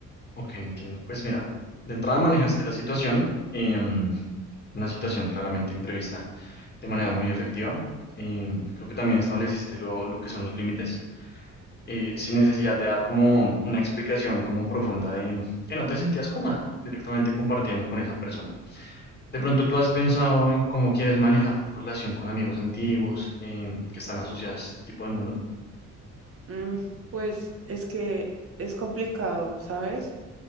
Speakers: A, on the left; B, on the right.
A: Ok, entiendo. Pues mira, de entrada manejaste la situación, em, una situación claramente imprevista, de manera muy efectiva. Em, creo que también estableciste lo, lo que son los límites, eh, sin necesidad de dar como una explicación como profunda de que no te sentías cómoda directamente compartiendo con esa persona. De
B: Ok.
A: pronto tú has pensado en cómo quieres manejar tu relación con amigos antiguos em, que están asociados a este tipo de mundo.
B: Mm, pues es que es complicado, ¿sabes?